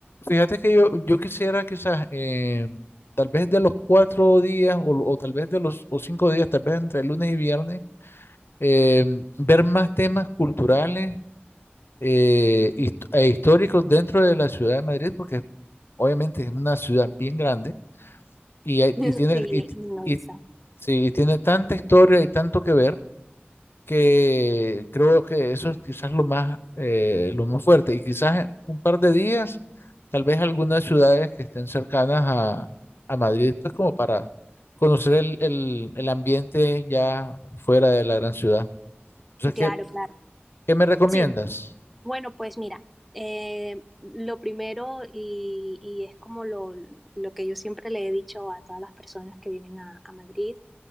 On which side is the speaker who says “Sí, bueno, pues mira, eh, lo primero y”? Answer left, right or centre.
Centre